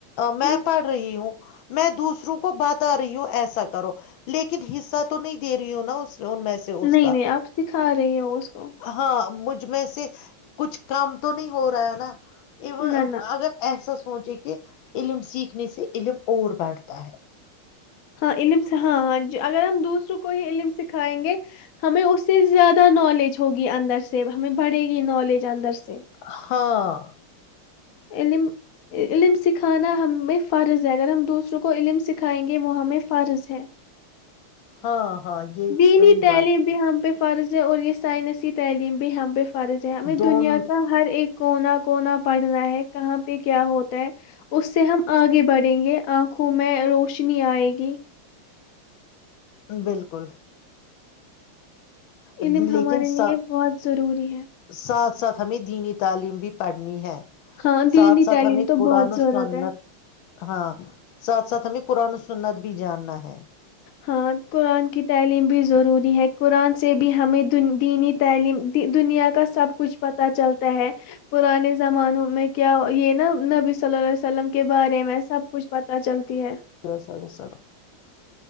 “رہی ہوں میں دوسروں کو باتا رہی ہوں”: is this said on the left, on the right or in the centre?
Left